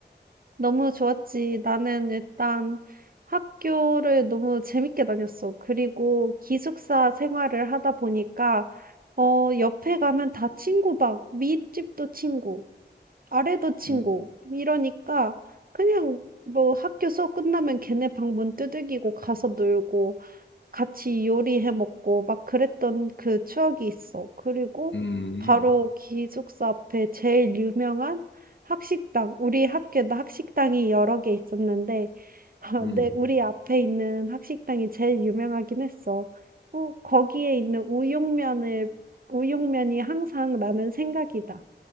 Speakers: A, on the right; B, on the left.
A: 너무 좋았지. 나는 일단 학교를 너무 재밌게 다녔어. 그리고 기숙사 생활을 하다 보니까 어 옆에 가면 다 친구 막 윗집도 친구, 아래도 친구
B: 음.
A: 이러니까 그냥 뭐 학교 수업 끝나면 걔네 방문 두들기고 가서 놀고 같이 요리해 먹고 막 그랬던 그 추억이 있어. 그리고
B: 음.
A: 바로 기숙사 앞에 제일 유명한 학식당, 우리 학교에도 학식당이 여러 개 있었는데 아
B: 음.
A: 네. 우리 앞에 있는 학식당이 제일 유명하긴 했어. 어 거기에 있는 우육면을 우육면이 항상 나는 생각이다.